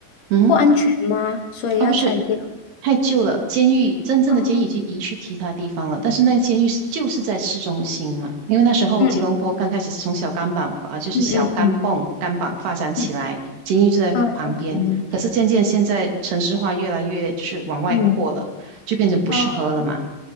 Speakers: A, on the right (about 65°); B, on the left (about 50°).
A: 嗯，
B: 不安全吗？所以要拆掉？
A: 啊不是。太旧了，监狱真正的监狱已经移去其他地方了，
B: 哦，
A: 但是那个监狱是就是在市中心嘛，因为那时候吉隆坡刚开始是从小甘榜啊，
B: 嗯
A: 就是小甘榜甘榜发展起来，
B: 嗯嗯嗯嗯，
A: 监狱就在旁边，
B: 啊，了解了解，
A: 可是渐渐现在城市化越来越就是往外扩了，
B: 嗯，
A: 就变成不适合了嘛。
B: 哦，